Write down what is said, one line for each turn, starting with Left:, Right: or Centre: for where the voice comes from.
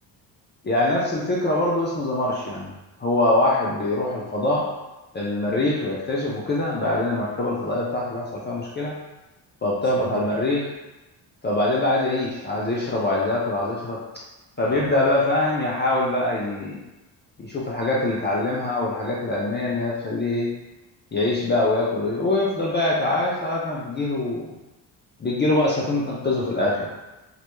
Left: يعني نفس الفكرة برضو اسمه ذا مارشيان هو واحد بيروح الفضاء المريخ بيكتشف وكده بعدين المركبة الفضائية بتاعته بيحصل فيها مشكلة فبتهبط
Right: ثانية
Left: على المريخ
Right: ب-
Left: فبعدين بقى عايز يعيش عايز يشرب وعايز ياكل عايز يشرب فبيبدأ
Right: اه اه
Left: بقى فاهم يحاول بقى ي- يشوف الحاجات اللي اتعلمها والحاجات العلمية اللي هي تخليه إيه يعيش بقى وياكل وي- ويفضل بقى يتعايش لغاية ما بتجيله بتجيله بقى سفينة تنقذه
Right: ثانية
Left: في الآخر
Right: كده أخبط.